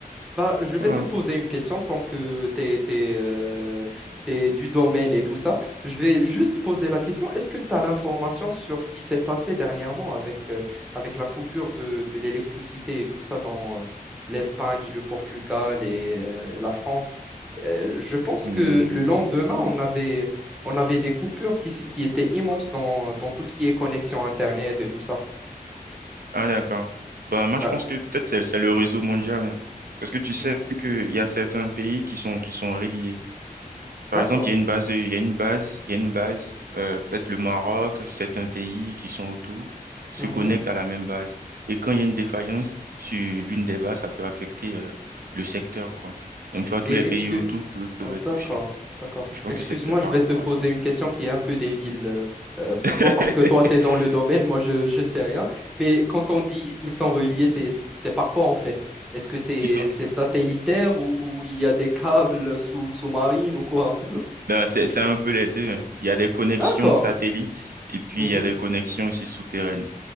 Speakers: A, in the centre; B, on the right (about 75°).
A: Bah, je vais
B: Voilà.
A: te poser une question tant que t'es, t'es, euh, t'es du domaine et tout ça. Je vais juste poser la question. Est-ce que tu as l'information sur ce qui s'est passé dernièrement avec, euh, avec la coupure de, de l'électricité et tout ça dans euh, l'Espagne, le Portugal et euh, la France? Euh, je pense
B: Mhm.
A: que le lendemain, on avait, on avait des coupures qui, s- qui étaient immenses dans, dans tout ce qui est connexion Internet et tout ça.
B: Ah d'accord. Bah moi
A: Ah,
B: je pense que peut-être c'est c'est le réseau mondial. hein. Parce que tu sais
A: hmm,
B: qu'il y a certains pays qui sont qui sont reliés.
A: d'accord.
B: Par exemple, il y a une base de- il y a une base, il y a une base, euh, peut-être le Maroc, certains pays qui sont autour se
A: Mhm.
B: connectent à la même base. Et quand il y a une défaillance sur l'une des bases, ça peut affecter euh, le secteur, quoi. Donc tu vois, tous
A: Et
B: les pays autour peuvent, peuvent
A: Oh,
B: être
A: D'accord,
B: touchés.
A: d'accord.
B: Je pense
A: Excuse-moi,
B: que c'est peut-être
A: je
B: par
A: vais
B: rapport
A: te poser
B: à ça.
A: une question qui est un peu débile euh, euh, pour
B: <laughs>
A: toi parce que toi, tu es dans le domaine, moi, je ne sais rien. Mais quand on dit ils sont reliés, c'est, c'est par quoi en fait? Est-ce que c'est
B: Ils
A: c'est satellitaire ou, ou il y a des câbles sous, sous-marines ou quoi?
B: Non, c'est c'est un peu les deux. hein. Il y a des connexions
A: D'accord.
B: satellites et puis
A: Mhm,
B: il y a des connexions aussi souterraines.